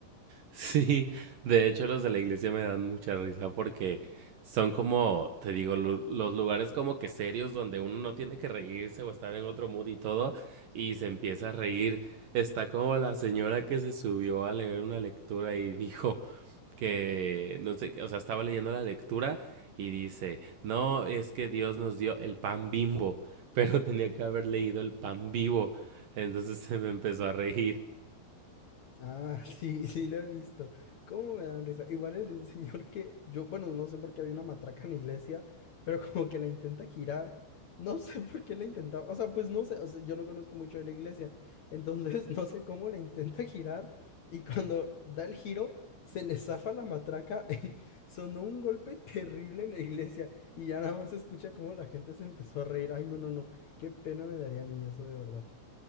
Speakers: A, on the right (about 60°); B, on the left (about 65°).
A: Sí, de hecho los de la iglesia me dan mucha risa porque son como, te digo, lu- los lugares como que serios donde uno no tiene que reírse o estar en otro mood y todo. Y se empieza a reír. Está como la señora que se subió a leer una lectura y dijo... que, no sé, o sea, estaba leyendo la lectura y dice, no, es que Dios nos dio el pan bimbo, <laughs> pero tenía que haber leído el pan vivo. Entonces se me empezó a reír.
B: Ah, sí, sí lo he visto. ¿Cómo me dan risa? Igual el de un señor que yo, bueno, no sé por qué había una matraca en la iglesia, pero como que la intenta girar. No sé <laughs> por qué la intentaba, o sea, pues no sé, o sea, yo no conozco mucho de la iglesia, entonces <laughs> no sé cómo la intenta girar y cuando da el giro se le zafa la matraca <laughs> y sonó un golpe terrible en la iglesia y ya nada más se escucha cómo la gente se empezó a reír. Ay, no, no, no, qué pena me daría a mí eso de verdad.